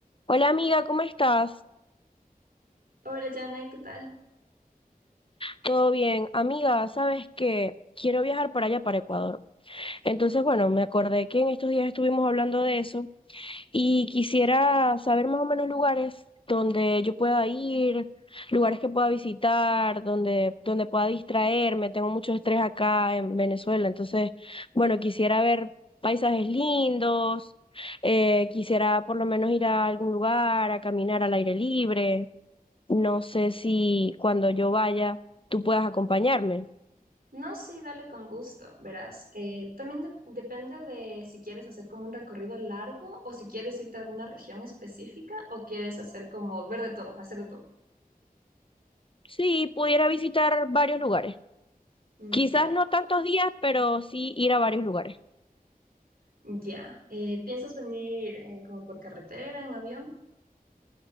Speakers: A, on the left; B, on the right.
A: Hola amiga, ¿cómo estás?
B: Hola, Janet, ¿qué tal?
A: ¿Todo bien? Amiga, ¿sabes qué? Quiero viajar para allá, para Ecuador. Entonces, bueno, me acordé que en estos días estuvimos hablando de eso y quisiera saber más o menos lugares donde yo pueda ir, lugares que pueda visitar, donde, donde pueda distraerme. Tengo mucho estrés acá en Venezuela, entonces, bueno, quisiera ver paisajes lindos, eh, quisiera por lo menos ir a algún lugar, a caminar al aire libre. No sé si cuando yo vaya tú puedas acompañarme.
B: No, sí, dale con gusto, verás. Eh, también de- depende de si quieres hacer como un recorrido largo o si quieres irte a alguna región específica o quieres hacer como ver de todo, hacer de todo.
A: Sí, pudiera visitar varios lugares.
B: Mm,
A: Quizás
B: Ya.
A: no tantos días, pero sí ir a varios lugares.
B: Ya. Eh, ¿piensas venir eh, como por carretera, en avión?